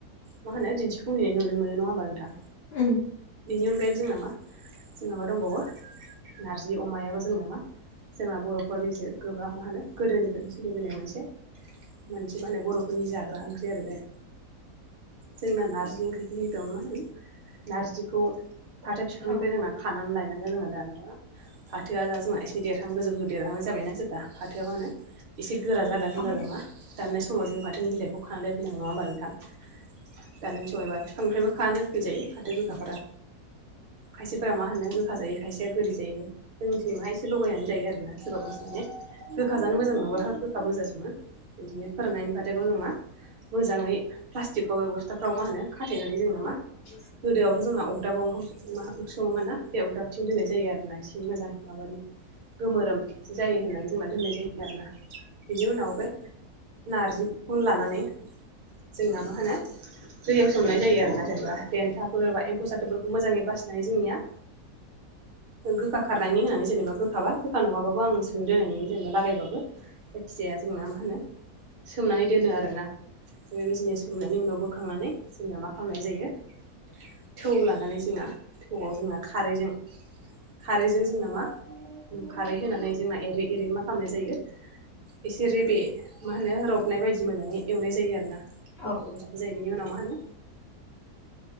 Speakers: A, on the right; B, on the left.
A: मा होनो दिन्थिफुंहैनाय नुनो मोनो नङा होमबा नोंथां
B: ओम
A: बेनि अनगायैबो जोंना मा जोंन मा दंबावो नारजि अमायाबो जोंना मा जोंना बर'फोरनि जे गोबां मा होनो गोदोनिफोरनो सै सोलिबोनाय मोनसे मोनसे माने बर'फोरनि जाग्रा ओंख्रि आरो बे जोंना नार्जि ओंख्रिखौ होदोंंमोन नारजिखौ फाथो बिफांनिफ्राय
B: औ
A: जोंना खानानै लायनांगोन जोंना दानि द' फाथोआ द जा जोंहा एसे देरहां गोजौ गोजौ देरहांनो जाबायना जेब्ला फाथोआ मानो एसे गोरा जागोन होनब्ला
B: हाबबोदो
A: जों मा दाननाय समाव जों फाथोनि बिलाइखौ खानानै दोनफै नांगो नङा होमबा नोंथां दा नों सायबा फिफांनिफ्रायबो खाना दोनफै जायो फाथो गोखाफोरा खायसेफोरा मा होनो गोखा जायो खायसेया गोदै जायो जोंनिथिंहाय एसे लगायानो जायो आरोना सोरबा बोंसि माने गोखा जानो मोजां मोङा गोखाबो गोजा सङो बिदिनो फोराननानै फाथोखौ जों मा मोजाङै प्लास्टिक बाव बे बस्थाफ्राव मा होनो खाथेनानै जोंना मा
B: <unintelligible>
A: गोदोआवथ' जोंना अगदाबो ओंखाम ओंख सङोमोन ना बे अरदाबथिं दोन्नाय जायो आरोना एसे मोजां माब गोमोरोम जायो होननानै जोंना दोननाय जायो आरोना बिनि उनाव बे नारजिखौ लानानै जोंना मा होनो दैयाव सोमनाय जायो आरो ना जेनेबा देन्थाफोर बा एम्फौ सथोफोरखौ मोजाङै बासिनानै जोंनिया गोखा खारनायनि होननानै जेनेबा गोखाबा गोखा नङाबाबो आं स दोननायनि जेनेबा लागायबाबो जायखिजाया जोंना मा होनो सोमनानै दोनो आरोना बेबायदिनो सोमनायनि उनाव बोखांनानै जोंना मा खालामनाय जायो थौ लानानै जोंना थौआव जोंना खारैजों खारैजों जोंना मा खारै होनानै जोंना एरै एरै मा खालामनाय जायो एसे रेबे मा होनो रबनाय बायदि मोजाङै एवनाय जायो आरोना
B: औ
A: जायो बिनि उनाव मा होनो